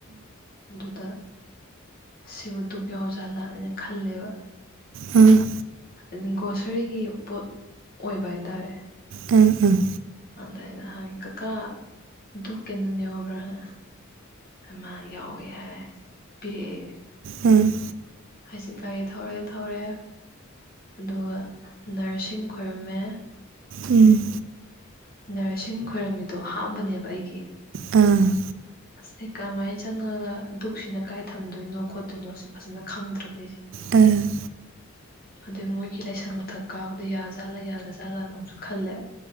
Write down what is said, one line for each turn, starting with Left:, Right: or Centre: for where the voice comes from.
Left: ꯑꯗꯨꯗ ꯁꯤꯕꯨ ꯙꯨꯛ ꯌꯥꯎꯖꯥꯠ ꯂꯥꯅ ꯑꯩꯅ ꯈꯜꯂꯦꯕ
Right: ꯎꯝ
Left: ꯑꯗꯨ ꯒ꯭ꯔꯣꯁꯔꯤꯒꯤ ꯄꯣꯠ ꯑꯣꯏꯕ ꯍꯥꯏꯇꯥꯔꯦ
Right: ꯎꯝ ꯎꯝ
Left: ꯑꯗꯥ ꯑꯩꯅ ꯍꯪꯉꯦ ꯀꯀꯥ ꯙꯨꯛ ꯀꯦꯟꯗꯜ ꯌꯥꯎꯕ꯭ꯔꯥꯅ ꯑꯃ ꯌꯥꯎꯋꯦ ꯍꯥꯏ ꯄꯤꯔꯛꯑꯦ
Right: ꯎꯝ
Left: ꯑꯩꯁꯦ ꯒꯥꯔꯤ ꯊꯧꯔꯦ ꯊꯧꯔꯦ ꯑꯗꯨꯒ ꯅꯔꯁꯤꯡ ꯈꯣꯏꯔꯝꯃꯦ
Right: ꯎꯝ
Left: ꯅꯔꯁꯤꯡ ꯈꯣꯏꯔꯝꯃꯤꯗꯣ ꯑꯍꯟꯕꯅꯦꯕꯥ ꯑꯩꯒꯤ
Right: ꯑꯝ
Left: ꯑꯁ ꯑꯩ ꯀꯃꯥꯏꯅ ꯆꯪꯉꯥꯒ ꯙꯨꯛꯁꯤꯅ ꯀꯥꯏ ꯊꯝꯗꯣꯏꯅꯣ ꯈꯣꯠꯇꯣꯏꯅꯣ ꯁꯤ ꯐꯖꯥꯅ ꯈꯪꯗ꯭ꯔꯕ ꯑꯩꯁꯦ
Right: ꯑꯝ
Left: ꯑꯗꯩ ꯃꯣꯏꯒꯤ ꯂꯥꯏꯁꯪ ꯃꯊꯛ ꯀꯥꯕꯗ ꯌꯥ ꯖꯥꯠꯂꯥ ꯌꯥꯗꯥꯖꯠꯂꯥ ꯑꯃꯨꯛꯁꯨ ꯈꯜꯂꯦ